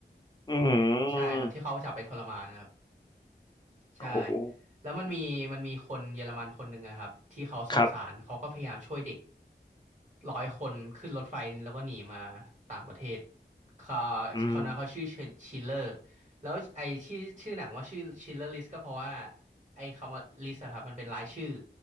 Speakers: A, on the left; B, on the right.
A: อืม
B: ใช่ครับที่เขาจับไปทรมานนะครับ ใช่
A: โอ้โห
B: แล้วมันมีมันมีคนเยอรมันคนหนึ่งอะครับที่เขาสงสารเขาก็พยายามช่วยเด็ก
A: ครับ
B: ร้อยคนขึ้นรถไฟแล้วก็หนีมาต่างประเทศเขา
A: อืม
B: เขานะเขาชื่อชิลเลอร์แล้วไอ้ที่ชื่อหนังว่าชื่อชิลเลอร์ลิสก็เพราะว่าไอ้คำว่าลิสอะครับมันเป็นรายชื่อ